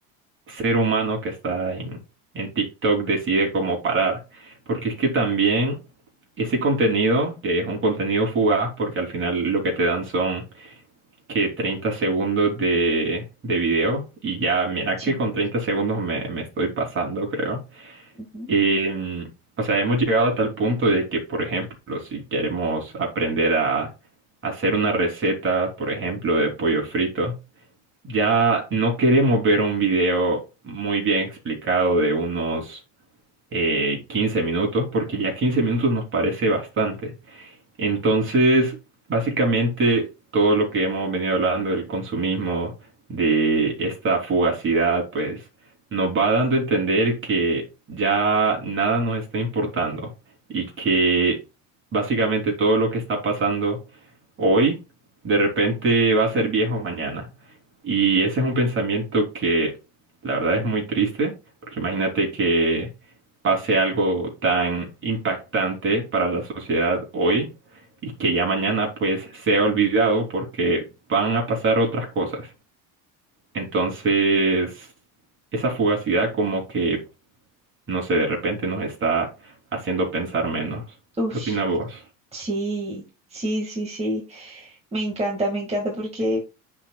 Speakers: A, on the right (about 30°); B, on the right (about 15°).
A: ser humano que está en, en TikTok decide cómo parar. Porque es que también ese contenido, que es un contenido fugaz, porque al final lo que te dan son que 30 segundos de, de video, y ya, mira
B: Sí.
A: que con 30 segundos me, me estoy pasando, creo.
B: Ujú.
A: Em, o sea, hemos llegado a tal punto de que, por ejemplo, si queremos aprender a hacer una receta, por ejemplo, de pollo frito, ya no queremos ver un video muy bien explicado de unos eh, 15 minutos, porque ya 15 minutos nos parece bastante. Entonces, básicamente todo lo que hemos venido hablando del consumismo, de esta fugacidad, pues nos va dando a entender que ya nada nos está importando y que básicamente todo lo que está pasando hoy de repente va a ser viejo mañana. Y ese es un pensamiento que la verdad es muy triste, porque imagínate que pase algo tan impactante para la sociedad hoy y que ya mañana pues sea olvidado porque van a pasar otras cosas. Entonces, esa fugacidad como que, no sé, de repente nos está haciendo pensar menos.
B: Ush,
A: ¿Qué opinas vos?
B: sí, sí, sí, sí. Me encanta, me encanta porque
A: Sí.